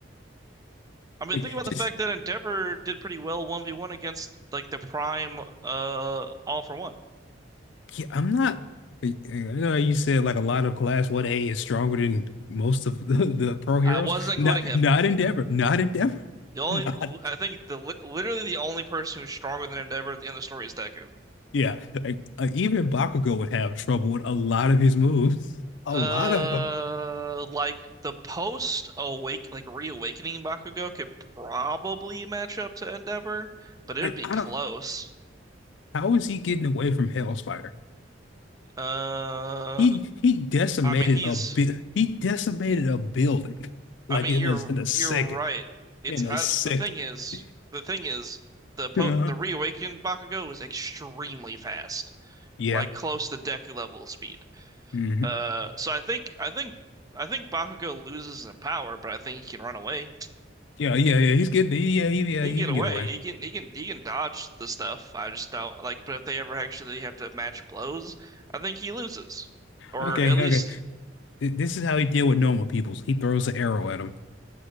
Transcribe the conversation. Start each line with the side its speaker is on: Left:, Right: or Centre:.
Right: I mean,
Left: like
Right: think about the
Left: just
Right: fact that Endeavor did pretty well 1v1 against like the prime uh All for One.
Left: yeah, I'm not I know how you said like a lot of class 1A is stronger than most of the, <laughs> the pro heroes.
Right: I wasn't including
Left: Not
Right: him.
Left: not Endeavor, not Endeavor, <laughs>
Right: The only
Left: not
Right: I think the literally the only person who's stronger than Endeavor at the end of the story is Deku.
Left: yeah. Like uh, even Bakugo would have trouble with a lot of his moves. A
Right: Uh,
Left: lot of them.
Right: like the post awake, like reawakening Bakugo could probably match up to Endeavor, but it
Left: Like,
Right: would be
Left: I
Right: close.
Left: don't how is he getting away from Hell Spider?
Right: Uh,
Left: He he decimated
Right: I mean he's,
Left: a bit he decimated a building like
Right: I mean
Left: it was
Right: you're
Left: in a second.
Right: you're right. It's
Left: in a
Right: I,
Left: second.
Right: the thing is,
Left: <laughs>
Right: the thing is the po
Left: Uh-huh.
Right: the reawakened Bakugo is extremely fast,
Left: Yeah.
Right: like close to Deku level speed.
Left: hmm
Right: Uh, so I think I think I think Bakugo loses in power, but I think he can run away.
Left: Yeah, yeah, yeah. He's good. Yeah, yeah,
Right: He
Left: yeah. He
Right: can get
Left: can
Right: away.
Left: get away.
Right: He can he can he can dodge the stuff. I just don't like. But if they ever actually have to match blows, I think he loses, or
Left: Okay,
Right: at least
Left: okay. Th- This is how he deal with normal peoples. He throws an arrow at him,